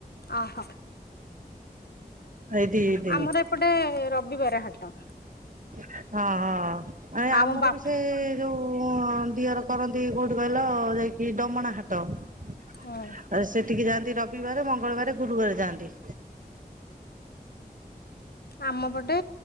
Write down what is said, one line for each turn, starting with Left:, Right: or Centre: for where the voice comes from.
Left: ଓହୋ
Right: ଏଇ ଦିଦିନି।
Left: ଆମର ଏପଟେ ରବିବାର ହାଟ।
Right: ହଁ, ହଁ, ହଁ ଏ ଆମର
Left: ଆମ ବାପ
Right: ବି ସେ ଯୋଉ ଉ ଦିଅର କରନ୍ତି କୋଉଠି କହିଲ ଯାଇକି ଡମଣା ହାଟ ଆରେ
Left: ହୁଁ
Right: ସେଟିକି ଯାଆନ୍ତି ରବିବାର, ମଙ୍ଗଳବାର, ଗୁରୁବାର ଯାଆନ୍ତି।
Left: ଆମ ପଟେ